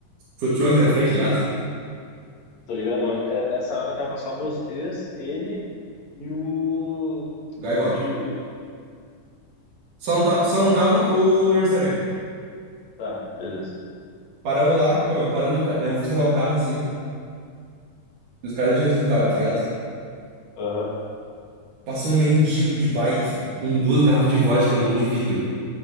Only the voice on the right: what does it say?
food truck na frente, tá ligado?
gaivota
Só não, tá, só não tava o Arnold
Paramos lá, meu, eu parando o carro. Daí eu fui estacionar o carro assim. E os caras já tinham sido do carro, já, tá ligado?
Passou um mendigo de bike com duas garrafas de vodka na mão de vidro,